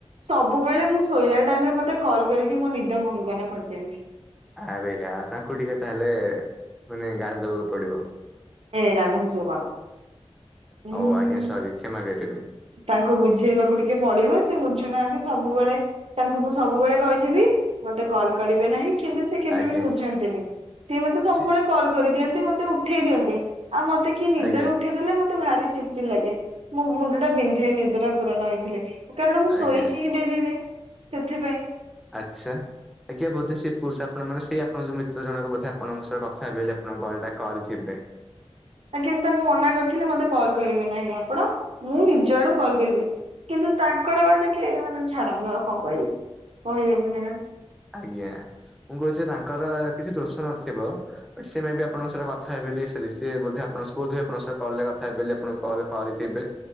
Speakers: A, on the right (about 70°); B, in the centre.
A: ସବୁବେଳେ ମୁଁ ଶୋଇଲା ଟାଇମରେ ମତେ କଲ୍ କରିକି ମୋ ନିଦ ଭଙ୍ଗନ କରିଦିଅନ୍ତି।
B: ଆରେ ୟାର ତାଙ୍କୁ ଟିକେ ତାହେଲେ ମାନେ ଗାଳି ଦବାକୁ ପଡିବ।
A: ଏ ନା ନା ସେ ସବୁ କହନା ଉଁ
B: ହୋଉ ଆଉ ଆଜ୍ଞା ସରି କ୍ଷମା କରିବେ।
A: ତାଙ୍କୁ ବୁଝେଇବାକୁ ଟିକେ ପଡିବ ସେ ବୁଝୁନାହାନ୍ତି ସବୁବେଳେ ତାଙ୍କୁ ମୁଁ ସବୁବେଳେ କହିଥିବି ମତେ କଲ କରିବେ ନାହିଁ କିନ୍ତୁ ସେ କେବେ
B: ଆଜ୍ଞା
A: ବି ବୁଝନ୍ତିନି। ସିଏ ମତେ ସବୁବେଳେ
B: ସିଏ
A: କଲ୍ କରିଦିଅନ୍ତି ମତେ ଉଠେଇ ଦିଅନ୍ତି ଆଉ ମତେ କିଏ ନିଦରୁ
B: ଆଜ୍ଞା
A: ଉ ଠେଇଦଲେ ମତେ ଭାରି ଚିଡ ଚିଡ ଲାଗେ ମୋ ମୁଣ୍ଡ ଟା ବିନ୍ଧେ ନିଦ ଟା ପୁରା ନ ହେଇଥିଲେ। କାରଣ ମୁଁ ଶୋଇଛି
B: ଆଜ୍ଞା
A: ହିଁ ଡେରିରେ ସେଥିପାଇଁ।
B: ଆଛା। ଆଜ୍ଞା ବୋଧେ ସେ ପୁରୁଷ ଆପଣ ମାନେ ସେଇ ଆପଣ ଯୋଉ ମିତ୍ର ଜଣକ ବୋଧେ ଆଣଙ୍କ ସହ କଥା ହେବେ ବୋଲି ଆପଣଙ୍କ କଲ ଟା କରିଥିବେ। ହଁ।
A: ଆଜ୍ଞା ତାଙ୍କୁ ମନା କରିଥିଲି ମତେ କଲ୍ କରିବେ ନାହିଁ ଆପଣ ମୁଁ ନିଜ ଆଡୁ କଲ୍ କରିବି। କିନ୍ତୁ ତାଙ୍କର ବା ଟିକେ ମାନେ ଛାଡନ୍ତୁ ଆଉ କଣ କହିବି କରିହବନି ବା।
B: ଆଜ୍ଞା ମୁଁ କହୁଥିଲି ତାଙ୍କର କିଛି ଦୋଷ ନଥିବ। ବଟ୍ ସେ ମେଁ ବି ଆପଣଙ୍କ ସ କଥା ହେବେ ବୋଲି ସ ବୋଧେ ଆପଣଙ୍କ ବୋଧ ଆଣଙ୍କ କ କଥା ହେବେ ବୋଲି ଆପଣ କଲ କରିଥିବେ।